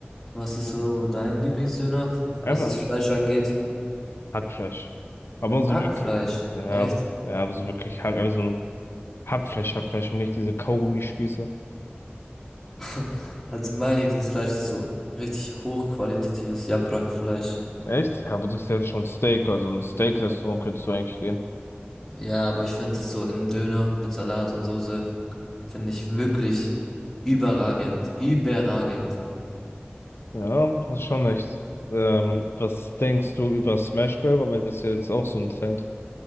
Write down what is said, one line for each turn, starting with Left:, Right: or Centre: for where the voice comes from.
Centre: Was ist so dein Lieblingsdöner, was
Left: Einfach
Centre: das
Left: ein
Centre: Fleisch angeht?
Left: Hackfleisch. Aber so
Centre: Hackfleisch.
Left: wirklich, ja,
Centre: Echt?
Left: aber, ja, aber so wirklich Hack, also Hackfleisch, Hackfleisch und nicht diese Kaugummispieße.
Centre: <laughs> Also mein Lieblingsfleisch ist so richtig hochqualitatives Japrakfleisch.
Left: Echt? Ja, aber das ist ja schon Steak, also ein Steak-Restaurant könntest du eigentlich gehen.
Centre: Ja, aber ich finde es so in Döner mit Salat und Soße, finde ich wirklich überragend. Überragend.
Left: Ja, hast schon recht. Ähm, was denkst du über Smash Burger? Weil das ist ja jetzt auch so ein Trend.